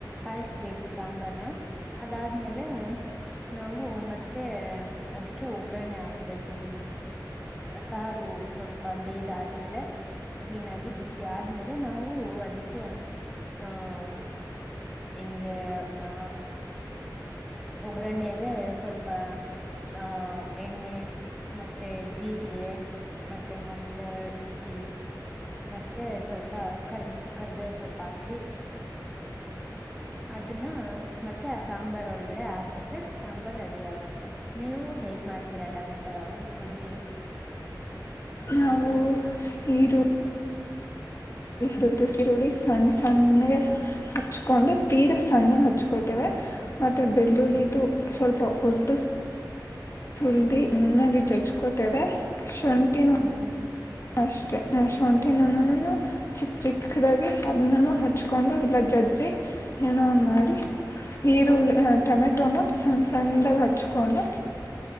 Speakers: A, in the centre; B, on the left (about 40°).
A: ಕಾಯಿಸ್ಬೇಕು ಸಾಂಬರ ಅದಾದ್ಮೇಲೆ ನಾವು ಮತ್ತೆ ಅದಕ್ಕೆ ಒಗ್ಗರಣೆ ಹಾಕ್ಬೇಕು ಸಾರು ಸ್ವಲ್ಪ ಬೇದ ಆದ್ಮೇಲೆ ಕ್ಲೀನ್ ಆಗಿ ಬಿಸಿ ಆದ್ಮೇಲೆ ನಾವು ಅದಕ್ಕೆ ಆಹ್ ಇಂಗ ಆ ಒಗ್ಗರಣರಣೆಗೆ ಸ್ವಲ್ಪ ಆಹ ಎಣ್ಣೆ ಮತ್ತೆ ಜೀರಿಗೆ ಮತ್ತೆ ಮಸ್ಟರ್ಡ್ ಸೀಡ್ಸ್ ಮತ್ತೆ ಸ್ವಲ್ಪ ಕರ್ ಕರಿಬೇವ ಸೊಪ್ಪ ಹಾಕಿ ಅದನ್ನ ಮತ್ತೆ ಆ ಸಾಂಬಾರ್ ಒಳಗಡೆ ಹಾಕಿದ್ರೆ ಸಾಂಬಾರ್ ರೆಡಿ ಆಗುತ್ತೆ ನೀವು ಹೇಗ್ ಮಾಡ್ತೀರಾ ಟೊಮೆಟೊ ಗೊಜ್ಜು
B: ಹವು ಇದು ದದಿರೋಳಸ್ ಸಣ್ಣ ಸಣ್ಣಗೆ
A: ಹ್ಮ್
B: ಹಚ್ಕೊಂಡು ತೀರ ಸಣ್ಣಗೆ ಹಚ್ಕೋತೇವೆ
A: ಹ್ಮ್
B: ಮತ್ತೆ ಬೆಳ್ಳುಳ್ಳಿದು
A: ಹ್ಮ್
B: ಸ್ವಲ್ಪ ಒಟ್ಟು ಸುಳ್ದಿ ನನ್ನಾಗಿ ಜೊಚ್ಕೋತೇವೆ ಶುಂಠಿನ
A: ಹ್ಮ್ ಹ್ಮ್
B: ಅಷ್ಟೆ ಶುಂಠಿ ನನ ನಾನ ಚಿಕ್ಕ ಚಿಕ್ಕದಾಗಿ ಅದನ್ನ ಹಚ್ಕೊಂಡು ಇಲ್ಲ ಜಜ್ಜಿ ಏನೋ ಮಾಡಿ
A: ಹ್ಮ್
B: ಹರುಳ್ಳಿ ಹ ಟೊಮೆಟೊನು ಸಣ್ಣ ಸಣ್ಣದಾಗ ಹಚ್ಕೊಂಡು